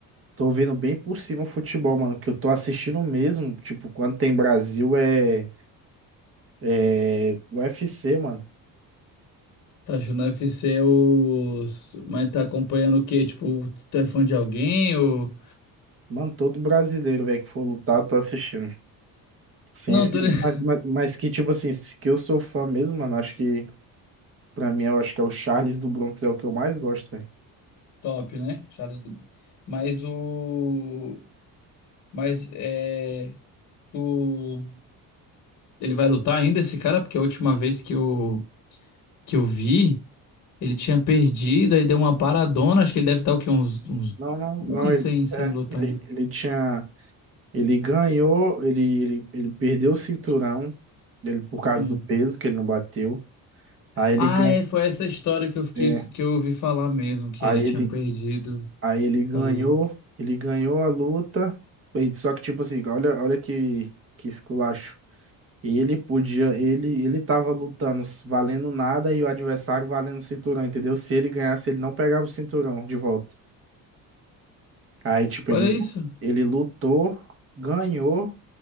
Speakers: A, on the right; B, on the left.
A: tô vendo bem por cima o futebol, mano, que eu tô assistindo mesmo. Tipo, quando tem Brasil é, é UFC, mano.
B: Tá achando o UFC os... Mas tá acompanhando o quê? Tipo, tu é fã de alguém ou...
A: Mano, todo brasileiro, velho, que for lutar, eu tô assistindo. Sem
B: Não,
A: esse,
B: tô... li- <laughs>
A: mas, mas, mas que, tipo assim, que eu sou fã mesmo, mano, acho que. Pra mim, eu acho que é o Charles do Bronx, é o que eu mais gosto, velho.
B: Top, né? Charles... Mas o... Mas é... Tu... Ele vai lutar ainda esse cara, porque a última vez que eu, que eu vi, ele tinha perdido, aí deu uma paradona. Acho que ele deve estar o quê? Uns, uns
A: Não, não,
B: um
A: não,
B: ano
A: ele,
B: sem, sem
A: é,
B: lutar,
A: ele,
B: né?
A: ele tinha, ele ganhou, ele, ele, ele perdeu o cinturão, ele, por causa
B: Hum.
A: do peso que ele não bateu. Aí ele,
B: Ah,
A: gan-
B: é, foi essa história que eu fiquei,
A: é,
B: que eu ouvi falar mesmo, que
A: aí
B: ele
A: ele,
B: tinha perdido por
A: aí ele ganhou,
B: causa do.
A: ele ganhou a luta, e- só que tipo assim, olha, olha que, que esculacho. Ele podia, ele, ele tava lutando s- valendo nada e o adversário valendo o cinturão, entendeu? Se ele ganhasse, ele não pegava o cinturão de volta. Aí, tipo,
B: Olha
A: ele,
B: isso.
A: ele lutou, ganhou.